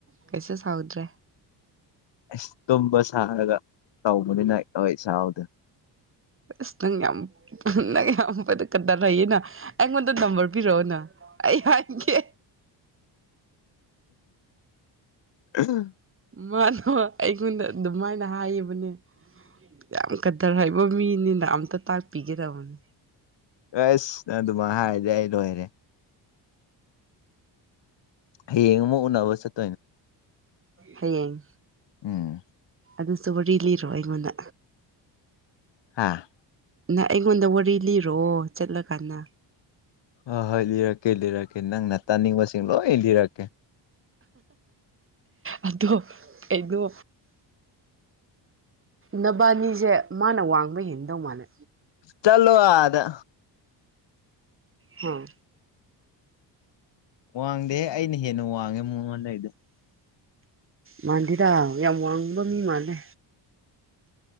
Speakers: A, on the right (about 30°); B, on the left (about 70°).
A: ꯀꯩꯁꯨ ꯁꯥꯎꯗ꯭ꯔꯦ
B: ꯑꯁ ꯇꯨꯝꯕ ꯁꯥꯔꯒ ꯇꯧꯕꯅꯤꯅ ꯍꯣꯏ ꯁꯥꯍꯗ
A: ꯏꯁꯇꯪ ꯌꯥꯝ ꯄꯨꯅꯪ ꯌꯥꯝ ꯀꯗꯥꯔꯏꯦꯅ ꯑꯦ ꯃꯗ ꯅꯝꯕꯝꯕꯔ ꯕꯤꯔꯛꯑꯣꯅ ꯑꯩ ꯍꯥꯏꯒꯦ
B: ꯎꯝ
A: ꯃꯥꯅꯣ ꯑꯩꯉꯣꯟꯗ ꯑꯗꯨꯃꯥꯏꯅ ꯍꯥꯏꯌꯦꯕꯅꯦ ꯌꯥꯝ ꯀꯗꯔ ꯍꯩꯕ ꯃꯤꯅꯤꯅ ꯑꯝꯇ ꯇꯥꯛꯄꯤꯒꯗꯕꯅꯦ
B: ꯑꯩꯁ ꯅ ꯑꯗꯨꯃꯥꯏ ꯍꯥꯏꯔꯗꯤ ꯑꯩ ꯂꯣꯏꯔꯦ ꯍꯌꯦꯡ ꯑꯃ ꯎꯅꯕ ꯆꯠ
A: ꯍꯌꯦꯡ
B: ꯎꯝ
A: ꯑꯗꯨꯁꯨ ꯋꯥꯔꯤ ꯂꯤꯔꯣ ꯑꯩꯉꯣꯟꯗ
B: ꯍꯥꯥ
A: ꯅ ꯑꯩꯉꯣꯟꯗ ꯋꯥꯔꯤ ꯂꯤꯔꯣꯑꯣ ꯆꯠꯂꯀꯥꯟꯗ
B: ꯍꯣꯏ ꯍꯣꯏ ꯂꯤꯔꯛꯀꯦ ꯂꯤꯔꯛꯀꯦ ꯅꯪꯅ ꯇꯥꯅꯤꯡꯕꯁꯤꯡ ꯂꯣꯏ ꯂꯤꯔꯛꯀꯦ
A: ꯑꯗꯣ ꯀꯩꯅꯣ ꯅꯕꯥꯅꯤꯁꯦ ꯃꯥꯅ ꯋꯥꯡꯕ ꯍꯦꯟꯗꯧ ꯃꯥꯜꯂꯦ
B: ꯆꯠꯂꯣ ꯑꯥꯗ
A: ꯍꯥꯥ
B: ꯋꯥꯡꯗꯦꯍꯦ ꯑꯩꯅ ꯍꯦꯟꯅ ꯋꯥꯡꯉꯦ ꯃꯉꯣꯟꯗꯩꯗꯤ
A: ꯃꯥꯥꯟꯗꯦꯗ ꯌꯥꯝ ꯋꯥꯡꯕ ꯃꯤ ꯃꯥꯜꯂꯦ